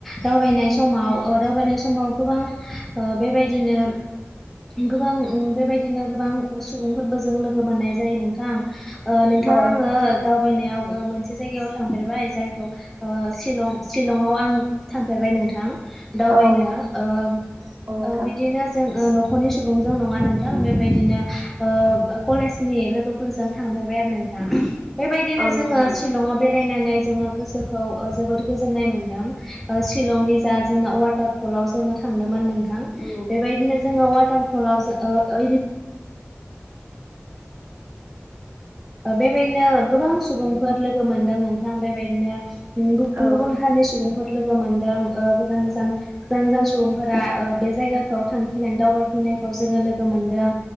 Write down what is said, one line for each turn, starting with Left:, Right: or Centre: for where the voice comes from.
Centre: दावबायनाय समाव ओ दावबायनाय समाव गोबां ओ बेबायदिनो गोबां उम बेबायदिनो गोबां सुबुंफोरबो जों लोगो मोननाय जायो नोंथां‌। ओ नोंथाङा
Right: औ
Centre: आंङो दावबायनायाव ओ मोनसे जायगायाव थांफेरबाय जायखौ ओ सिलंआव आं थांफेरबाय नोंथां। दावबायनो
Right: औ
Centre: ओ
Right: औ नोंथां
Centre: बिदिनो जों नख खरनि सुबुंजों नंङा नोंथां बेबायदिनो कलेजनि लोगोफोरजों थांफेरबाय आरो नोंथ बेबायदिनो
Right: औ
Centre: जोंङो
Right: नोंथां
Centre: सिलंआव बेरायनानै जोङो गोसोखौ ओ जोबोद गोजोन्नाय मोनदों ओ शिलंनि जा जोंना वाटार फलाव जोंङो थांदोंमोन नोंथां
Right: औ
Centre: बेबायदिनो जोंङो अवा टार पलाव ओ बेबायदिनो गोबां सुबुंफोर लोगो मोनदों नोंथां बेबायदिनो गुबुन
Right: औ
Centre: गुबुन हारिनि सुबुंफोर लो गोमोनदों ओ गोजान गोजान सुबुंफोरा बे जायगाखौ थांखिनानै दावबाय फैनायखौ जोंङो लोगो मोनदों